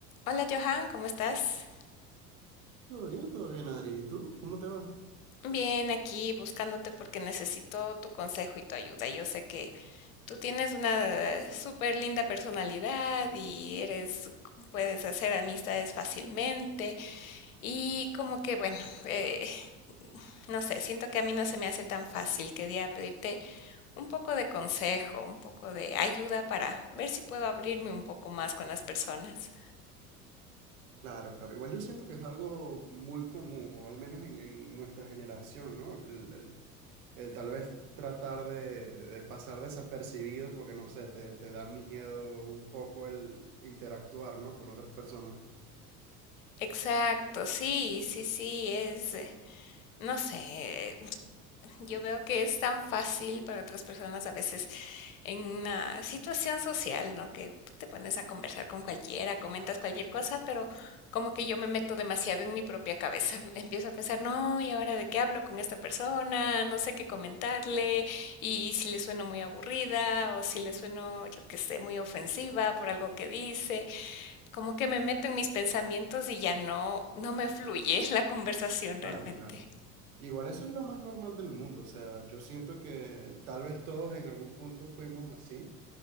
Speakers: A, on the left; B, on the right.
A: Hola Johan, ¿cómo estás?
B: Todo bien, todo bien, Adri. ¿Y tú? ¿Cómo te va?
A: Bien, aquí buscándote porque necesito tu consejo y tu ayuda. Yo sé que tú tienes una súper linda personalidad y eres, puedes hacer amistades fácilmente y como que bueno, eh, no sé, siento que a mí no se me hace tan fácil. Quería pedirte un poco de consejo, un poco de ayuda para ver si puedo abrirme un poco más con las personas.
B: Claro, claro. Igual yo siento que es algo muy común, o al menos en, en nuestra generación, ¿no? El, el- el tal vez tratar de, de pasar desapercibido porque, no sé, te, te da miedo un poco el interactuar, ¿no? Con otras personas.
A: Exacto, sí, sí, sí, es, eh, no sé. Yo veo que es tan fácil para otras personas a veces en una situación social, ¿no? Que te pones a conversar con cualquiera, comentas cualquier cosa, pero como que yo me meto demasiado en mi propia cabeza. <laughs> Empiezo a pensar, no, ¿y ahora de qué hablo con esta persona? No sé qué comentarle, y si le sueno muy aburrida o si le sueno, yo qué sé, muy ofensiva por algo que dice. Como que me meto en mis pensamientos y ya no, no me fluye <laughs> la conversación
B: Claro,
A: realmente.
B: claro. Igual eso es lo más normal del mundo. O sea, yo siento que tal vez todos en algún punto fuimos así.